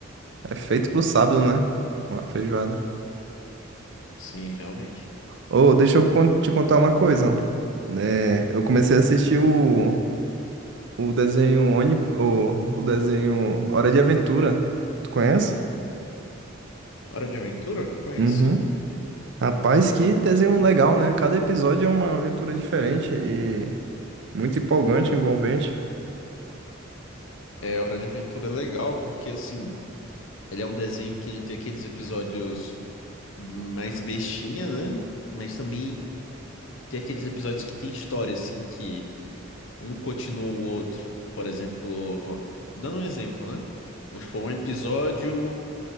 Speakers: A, on the right; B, on the left.
A: É feito pro sábado, né? Uma feijoada.
B: Sim, realmente.
A: Ô, deixa eu con- te contar uma coisa. né? eu comecei a assistir o, o desenho Oni, o, o desenho Hora de Aventura. Tu conhece?
B: Hora de Aventura? Conheço,
A: Uhum.
B: sim.
A: Rapaz, que desenho legal, né? Cada episódio é uma aventura diferente e muito empolgante, envolvente.
B: É, Hora de Aventura é legal porque, assim, ele é um desenho que ele tem aqueles episódios mais bestinha, né? Mas também tem aqueles episódios que tem história, assim, que um continua o outro. Por exemplo, dando um exemplo, né? Vamos supor, um episódio,